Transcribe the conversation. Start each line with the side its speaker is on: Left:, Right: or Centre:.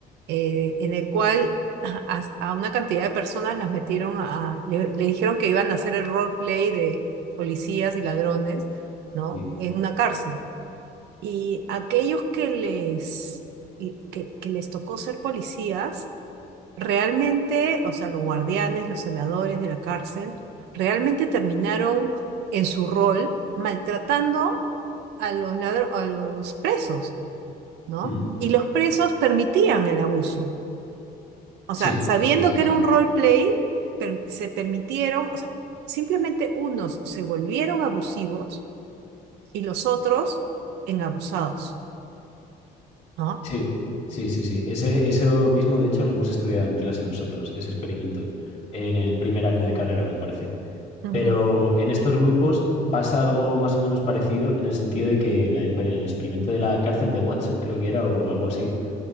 Right: eh, en el cual <clears throat> a, a una cantidad de personas las metieron a, le, le dijeron que iban a hacer el roleplay de policías y ladrones, ¿no?
Left: Sí,
Right: En una cárcel. Y aquellos que les, y- que, que les tocó ser policías, realmente, o sea, los guardianes, los celadores de la cárcel, realmente terminaron en su rol maltratando a los ladro- a los presos, ¿no?
Left: Mm,
Right: Y los presos permitían el abuso. O sea,
Left: sí,
Right: sabiendo
Left: Sí, sí,
Right: que
Left: sí.
Right: era un roleplay, per- se permitieron, o sea, simplemente unos se volvieron abusivos y los otros en abusados, ¿no?
Left: Sí, sí, sí, sí. Ese, eso mismo, de hecho, lo hemos estudiado en clase nosotros, ese experimento, en el primer año de carrera, me parece.
Right: Ujú,
Left: Pero en estos grupos pasa algo más o menos parecido en el sentido de que en, la- en el experimento de la cárcel de Watson, creo que era, o algo así,